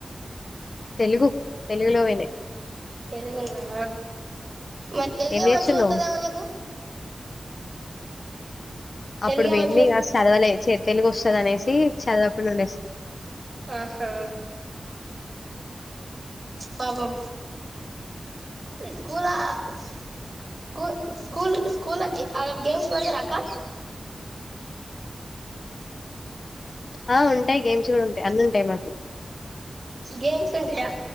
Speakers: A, on the left (about 55°); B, on the right (about 35°).
A: తెలుగు తెలుగులో పోయినాయి
B: తెరుగుల్నా మరి తెలుగే
A: ఏం చేస్తున్నావ్
B: మంచిగా వతుదేమో నీకు
A: అప్పుడు
B: తెలుగే
A: వెంది
B: మంచిగా
A: చదవలే చే తెలుగు వస్తుంది అనేసి చదాప్పుటి నుండేస్తు
B: ఆహా పాపం స్కూలా స్కూ స్కూల్ స్కూల్ గేమ్స్ పెడతార అక్క
A: ఆ ఉంటాయి గేమ్స్ కూడా ఉంటాయి అన్ని ఉంటాయి మాకు
B: గేమ్స్ ఉంటాయా